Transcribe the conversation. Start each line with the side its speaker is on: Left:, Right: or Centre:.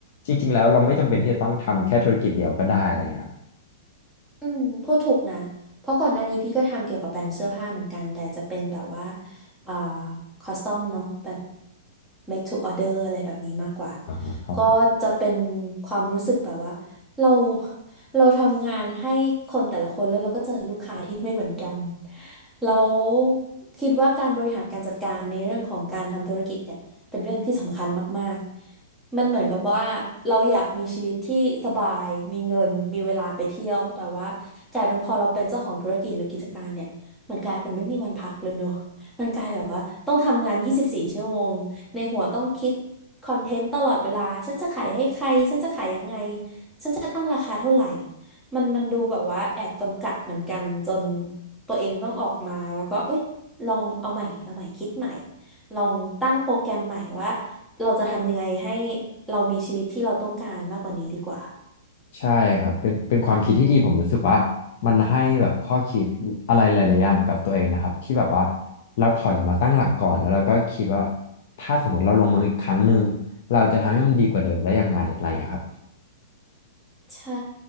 Left: จริงๆแล้วเราไม่จำเป็นที่จะต้องทำแค่ธุรกิจเดียวก็ได้อะไรเงี้ยครั
Centre: อืมพูดถูกนะเพราะก่อนหน้านี้พี่ก็ทำเกี่ยวกับแบรนด์เสื้อผ้าเหมือนกันแต่จะเป็นแบบว่าอ่าคอสตอมเนาะแบบ make to order อะไรแบบนี้มากกว่า
Left: อ่าครับผม
Centre: ก็จะเป็นความรู้สึกแบบว่าเราเราทำงานให้คนแต่ละคนแล้วเราก็เจอลูกค้าที่ไม่เหมือนกันเราคิดว่าการบริหารการจัดการในเรื่องของการทำธุรกิจเนี่ย เป็นเรื่องที่สำคัญมากๆมันเหมือนกับว่าเราอยากมีชีวิตที่สบาย มีเงิน มีเวลาไปเที่ยว แต่ว่ากลายเป็นพอเราเป็นเจ้าของธุรกิจหรือกิจการเนี่ย มันกลายเป็นไม่มีวันพักเลยเนอะ <laughs> มันกลายแบบว่าต้องทำงาน 24 ชั่วโมงในหัวต้องคิดคอนเทนต์ตลอดเวลาฉันจะขายให้ใครฉันจะขายยังไงฉันจะตั้งราคาเท่าไหร่มันมันดูแบบว่าแอบจำกัดเหมือนกันจนตัวเองต้องออกมาแล้วก็เอ้ยลองเอาใหม่เอาใหม่คิดใหม่ ลองตั้งโปรแกรมใหม่ว่าเราจะทำยังไงให้เรามีชีวิตที่เราต้องการมากกว่านี้ดีกว่า
Left: ใช่ครับเป็นเป็นความคิดที่ดีผมรู้สึกว่ามันให้แบบข้อคิดอะไรหลายๆอย่างกับตัวเองนะครับที่แบบว่าเราถอยมาตั้งหลักก่อนแล้วเราก็คิดว่าถ้าสมมติเราลงมืออีกครั้งหนึ่งเราจะทำให้มันดีกว่าเดิมได้ยังไงอะไรอย่างเงี้ยครับ
Centre: ใช่